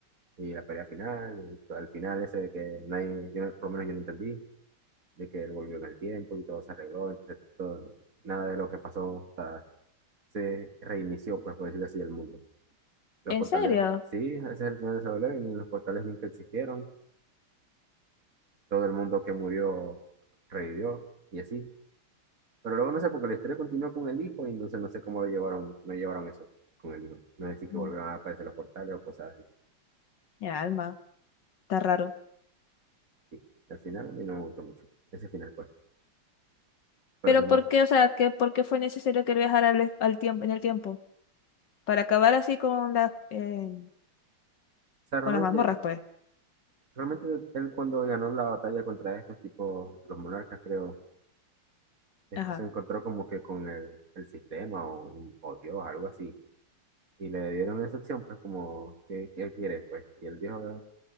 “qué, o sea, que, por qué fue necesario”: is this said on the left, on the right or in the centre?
Left